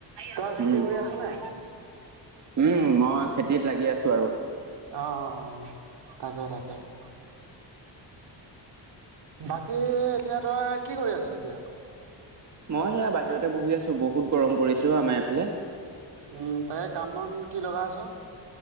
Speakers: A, on the right; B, on the right.
A: তই খেতি
B: উম!
A: কৰি আছ নে?
B: উম, মই খেতিত লাগি আছো আৰু।
A: অ' অ' অ' তাকে তাকে! বাকী এতিয়া তই কি কৰি আছ এতিয়া?
B: মই এয়া বাহিৰতে বহি আছো বহুত গৰম পৰিছো আমাৰ এইফালে।
A: উম' তাকে কাম বন কি লগাই আছ?